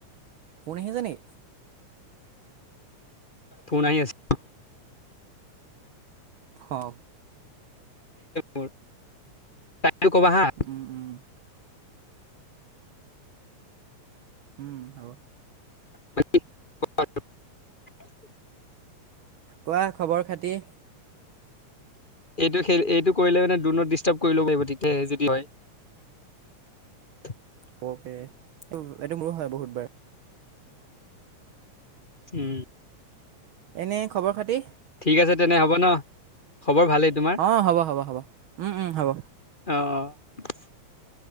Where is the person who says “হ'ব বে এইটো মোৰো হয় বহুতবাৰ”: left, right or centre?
Right